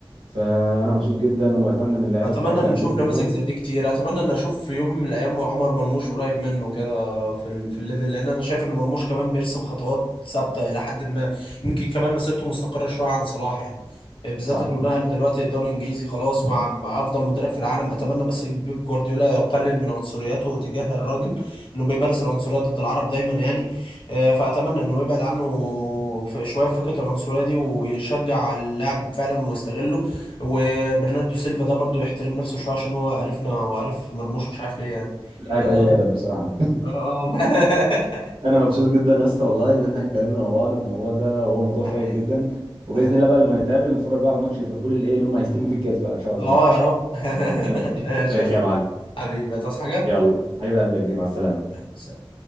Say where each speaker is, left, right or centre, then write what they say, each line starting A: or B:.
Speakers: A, on the right; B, on the left.
A: فأنا مبسوط جدا وأتمنى إن اللعيبة
B: اتمنى
A: بتاعتنا
B: ان
A: ياخدوه
B: نشوف نماذج
A: قدوة
B: زي دي كتير اتمنى ان اشوف في يوم من الايام عمر مرموش قريب منه كده في ال... في الليفل لان انا شايف ان مرموش كمان بيرسم خطوات ثابته الى حد ما يمكن كمان مسيرته مستقره شويه عن صلاح يعني بالذات
A: صح
B: انه نقل دلوقتي الدوري الانجليزي خلاص مع مع افضل مدرب في العالم اتمنى بس بيب جوارديولا يقلل من عنصريته تجاه الراجل انه بيمارس العنصريه ضد العرب دايما يعني آه، فاتمنى انه يبعد عنه في شويه فكره العنصريه دي ويشجع اللاعب فعلا ويستغله وبرناردو سيلفا ده برضو يحترم نفسه شويه عشان هو عرفنا هو عارف مرموش مش عارف ليه يعني
A: لاعب
B: اه
A: قليل الأدب بصراحة <laughs>
B: اه اه <laughs>
A: انا مبسوط جدا يا اسطى والله ان احنا اتكلمنا مع بعض في الموضوع ده وهو موضوع
B: ده
A: شيق
B: حقيقي
A: جدا وباذن
B: ده حقيقي
A: الله بقى لما نتقابل نتفرج بقى على ماتش ليفربول اللي ايه اللي هم هيستلموا فيه الكاس بقى ان شاء الله
B: اه يا رب
A: <laughs>
B: <laughs>
A: يا-
B: ماشي
A: ماشي
B: يا
A: يا معلم
B: حبيبي هتعوز حاجه
A: يلا حبيب قلبي يا كبير مع السلامه
B: سلام.